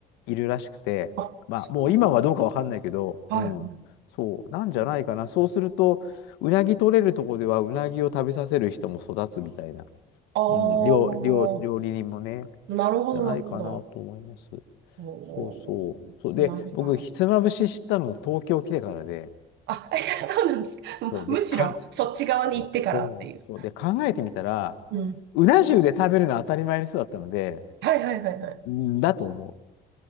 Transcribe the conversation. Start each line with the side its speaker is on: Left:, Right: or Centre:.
Left: いるらしくて、
Right: あ、
Left: まあ、
Right: そう
Left: もう今はどうかわかんないけど、
Right: はいはい。
Left: うん、そう、なんじゃないかな。そうすると、うなぎ取れるとこでは、うなぎを食べさせる人も育つみたいな、
Right: ああ、
Left: うん、料、料、料理人もね、
Right: なるほど、
Left: じゃないかなと思います。
Right: なるほど。おー、
Left: そうそう。そうで、
Right: うなるほね。
Left: 僕、ひつまぶし知ったの東京来てからで、
Right: あ、<laughs> そうなんですか。<laughs>
Left: そう、
Right: む、
Left: で、
Right: むしろ、
Left: かん、
Right: そっち側に行ってからっていう。
Left: そうそう、そうで、考えてみたら、
Right: うん。
Left: うな重で食べるのは当たり前の人だったので、
Right: はいはいはいはい。
Left: んだと思